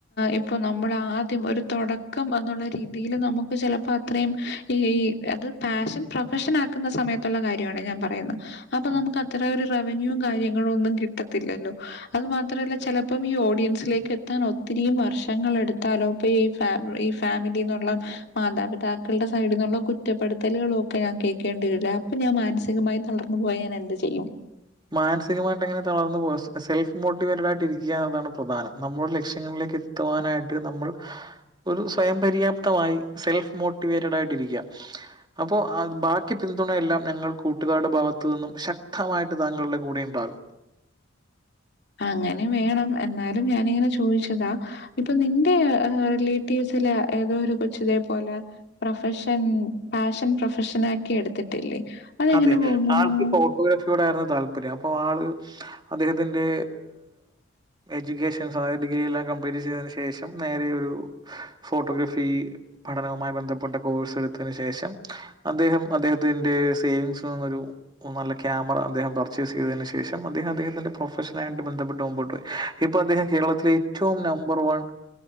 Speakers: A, on the left; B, on the right.
A: ഇപ്പൊ നമ്മൾ ആദ്യം ഒരു തുടക്കം എന്നുള്ള രീതിയിൽ നമുക്ക് ചിലപ്പോ അത്രയും ഈ ഈ അത് പാഷൻ പ്രൊഫഷൻ ആക്കുന്ന സമയത്തുള്ള കാര്യമാണ് ഞാൻ പറയുന്നത് അപ്പൊ
B: ഉം.
A: നമുക്ക് അത്ര ഒരു റവന്യൂ കാര്യങ്ങളും ഒന്നും കിട്ടത്തില്ലല്ലോ അത് മാത്രല്ല ചെലപ്പം ഈ ഓഡിയൻസിലേക്ക് എത്താൻ ഒത്തിരി വർഷങ്ങൾ എടുത്താലോ ഇപ്പ ഈ ഫാ ഈ ഫാമിലിന്നുള്ള മാതാപിതാക്കളുടെ സൈഡിൽന്നുള്ള കുറ്റപ്പെടുത്തലുകളും ഒക്കെ ഞാൻ കേൾക്കേണ്ടി വരില്ലേ അപ്പൊ ഞാൻ മാനസികമായി തളർന്നു പോയ ഞാൻ എന്ത് ചെയ്യും
B: മാനസികമായിട്ട് എങ്ങനെ തളർന്നു പോക സെൽഫ് മോട്ടിവേറ്റഡ് ആയിട്ടിരിക്കുക എന്നതാണ് പ്രധാനം നമ്മുടെ ലക്ഷ്യങ്ങളിലേക്ക് എത്തുവാനായിട്ട് നമ്മൾ ഒരു സ്വയം പര്യാപ്തമായി സെൽഫ് മോട്ടിവേറ്റഡ് ആയിട്ട് ഇരിക്കുക അപ്പോ ബാക്കി പിന്തുണയെല്ലാം ഞങ്ങൾ കൂട്ടുകാരുടെ ഭാഗത്തു നിന്നും ശക്തമായി താങ്കളുടെ കൂടെ ഉണ്ടാകും.
A: അങ്ങനെ വേണം എന്നാലും ഞാനിങ്ങനെ ചോദിച്ചതാ ഇപ്പൊ നിന്റെ റിലേറ്റീവ്സിലെ ഏതോ ഒരു കൊച്ചതേ പോലെ പ്രൊഫഷൻ പാഷൻ പ്രൊഫഷൻ ആക്കി എടുത്തിട്ടില്ലേ? അതെങ്ങനെ
B: അതെ
A: പോകുന്നു?
B: ആൾക്ക് ഫോട്ടോഗ്രാഫിയോടായിരുന്നു താല്പര്യം അപ്പൊ ആള് അദ്ദേഹത്തിന്റെ എഡ്യൂക്കേഷൻസ് അതത് ഡിഗ്രി എല്ലാം കംപ്ലീറ്റ് ചെയ്തതിന് ശേഷം നേരെ ഒരു ഫോട്ടോഗ്രഫി പഠനവുമായി ബന്ധപ്പെട്ട കോഴ്സ് എടുത്തന് ശേഷം അദ്ദേഹം അദ്ദേഹത്തിന്റെ സേവിങ്സിൽ നിന്നൊരു നല്ല ക്യാമറ അദ്ദേഹം പർച്ചേസ് ചെയ്തതിനു ശേഷം അദ്ദേഹം അദ്ദേഹത്തിന്റെ പ്രൊഫഷനായിട്ട് ബന്ധപ്പെട്ട് മുമ്പോട്ട് പോയി ഇപ്പൊ അദ്ദേഹം കേരളത്തിലെ ഏറ്റവും നമ്പർ വൺ